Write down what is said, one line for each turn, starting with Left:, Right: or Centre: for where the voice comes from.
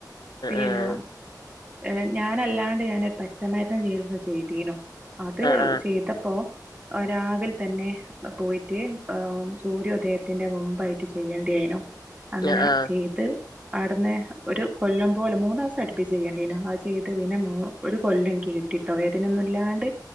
Right: പിന്നെ
Left: ആഹ്
Right: ഏഹ് ഞാനല്ലാണ്ട് ഞാനൊരു പച്ചമരുന്ന് ചികിത്സ ചെയ്തീനു അത്
Left: ആഹ്
Right: ചെയ്തപ്പോ രാവിൽ തന്നെ പോയിട്ട് ആ സൂര്യോദയത്തിന്റെ മുമ്പായിട്ട് ചെയ്യണ്ടേനു അങ്ങനെ
Left: ആഹ്
Right: ചെയ്ത് അവിടുന്ന് ഒരു കൊല്ലം പോലെ മൂന്ന് ദിവസം അടുപ്പി ചെയ്യണ്ടീനു അത് ചെയ്ത് പിന്നെ മൂ ഒരു കൊല്ലം എനിക്ക് കിട്ടിട്ടോ വേദനൊന്നും ഇല്ലാണ്ട്